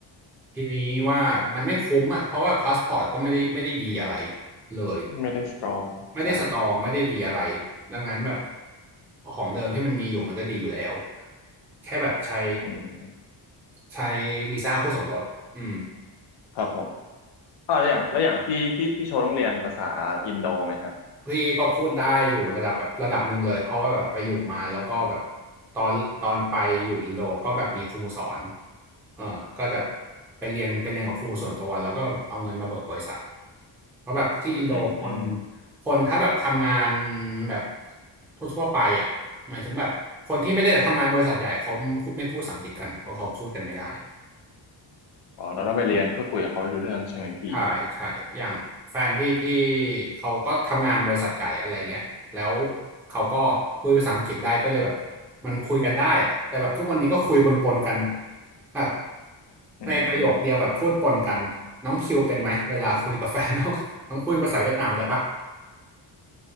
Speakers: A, in the centre; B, on the left (about 65°).
A: ทีนี้ว่ามันไม่คุ้มอ่ะเพราะว่าพาสปอร์ตก็ไม่ได้ไม่ได้ดีอะไรเลย
B: ไม่ได้สตรองใช่
A: ไม่ได้สตรองไม่ได้ดีอะไรดังนั้นแบบของเดิมที่มันมีอยู่มันก็ดีอยู่แล้วแค่แบบใช้
B: อืม
A: ใช้วีซ่าคู่สมรสอืม
B: ครับผม อ่าแล้วอย่างแล้วอย่างพี่พี่พี่โชว์ต้องเรียนภาษาอินโดไหมฮะ
A: พี่ก็พูดได้อยู่ระดับแบบระดับหนึ่งเลยเพราะว่าแบบไปอยู่มาแล้วก็แบบตอนตอนไปอยู่อินโดก็แบบมีครูสอนเออก็จะไปเรียนไปเรียนกับครูส่วนตัวแล้วก็เอาเงินมาเบิกบริษัทเพราะแบบที่อินโดคน
B: อืม
A: คนถ้าแบบทำงานแบบทั่วๆไปอ่ะหมายถึงแบบคนที่ไม่ได้ทำงานบริษัทใหญ่เขาไม่พูดไม่พูดภาษาอังกฤษกันเพราะเขาพูดกันไม่ได้
B: อ๋อเราต้องไปเรียนเพื่อคุยกับเขาให้รู้เรื่องใช่ไหมพี่
A: ใช่ใช่ อย่างแฟนพี่พี่เขาก็ทำงานบริษัทใหญ่อะไรเงี้ยแล้วเขาก็คุยภาษาอังกฤษได้ก็เลยแบบมันคุยกันได้อะแต่แบบทุกวันนี้ก็คุยปนๆกันแบบ
B: อืม
A: ในประโยคเดียวแบบพูดปนกันน้องคิวเป็นไหมเวลาคุยกับแฟนน้อง <laughs> น้องคุยภาษาเวียดนามได้ปะ